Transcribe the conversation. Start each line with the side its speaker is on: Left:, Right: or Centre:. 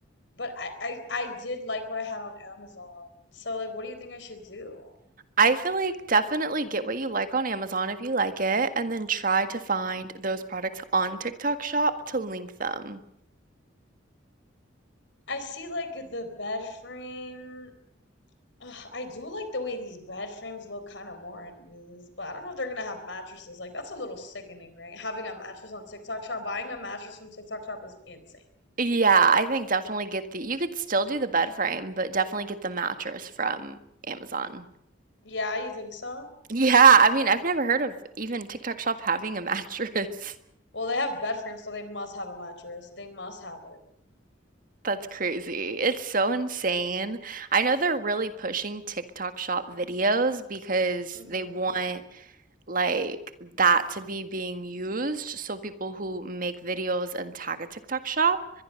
Left: but I, I I did like what I had on Amazon. So like what do you think I should do?
Right: I feel like definitely get what you like on Amazon if you like it, and then try to find
Left: Mm.
Right: those products on TikTok Shop to link them.
Left: I see like the bed frame Ugh, I do like the way these bed frames look kind of more anyways, but I don't know if they're gonna have mattresses. Like that's a little sickening, right? Having a mattress on TikTok Shop, buying a mattress from TikTok Shop is insane.
Right: Yeah, I think definitely get the you could still do the bed frame, but definitely get the mattress from Amazon.
Left: Yeah, you think so?
Right: Yeah, I mean, I've never heard of even TikTok Shop having a mattress.
Left: Well, they have bed frames, so they must have a mattress. They must have it.
Right: <laughs> That's crazy. It's so insane. I know they're really pushing TikTok Shop videos because
Left: Mm-hmm.
Right: they want like that to be being used. So people who make videos and tag a TikTok shop,